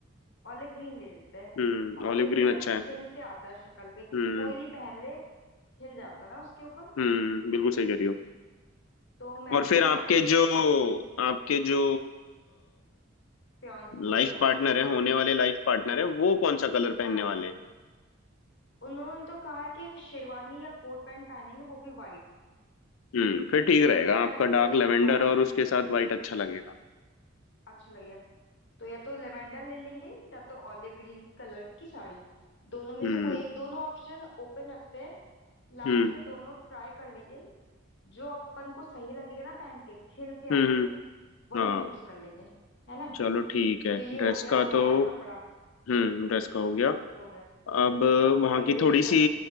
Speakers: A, on the left; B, on the left.
A: ओलिव ग्रीन ले लेते हैं
B: हम्म ऑलिव
A: ओलिव
B: ग्रीन
A: ग्रीन ना
B: अच्छा
A: खिल
B: है
A: के आता है शक्ल पे किसी
B: हम्म
A: कोई भी पहन ले खिल जाता है ना उसके ऊपर
B: हम्म बिल्कुल सही कह रही हो
A: तो मैं
B: और फिर
A: भी
B: आपके
A: ओलिव ग्रीन
B: जो
A: ले लेती
B: आपके जो
A: फियांसी होंगे
B: लाइफ पार्टनर है होने वाले लाइफ पार्टनर है वो कौन सा कलर पहनने
A: हाँ जी
B: वाले हैं
A: उन्होंने तो कहा है कि शेरवानी या कोट पैंट पहनेंगे वो भी वाइट
B: हम्म फिर ठीक रहेगा
A: तो मैं
B: आपका
A: कोई
B: डार्क लेवेंडर
A: हाँ
B: और उसके साथ वाइट अच्छा लगेगा
A: अच्छा लगेगा तो या तो लेवेंडर ले लेंगे या तो ऑलिव ग्रीन कलर की साड़ी दोनों में
B: हम्म
A: से कोई एक दोनों ऑप्शन ओपन रखते हैं लास्ट
B: हम्म
A: में दोनों ट्राई कर लेंगे जो अपन को सही लगेगा ना पहन के खिल के
B: हम्म
A: आएंगे
B: हम्म,
A: वही
B: हाँ
A: चूज कर लेंगे है ना
B: चलो ठीक है
A: तो ये
B: ड्रेस
A: हो गया
B: का
A: हमारा
B: तो
A: कपड़ा
B: हम्म ड्रेस का हो गया
A: हो गया
B: अब
A: अब
B: वहाँ
A: डेकोरेशन
B: की थोड़ी सी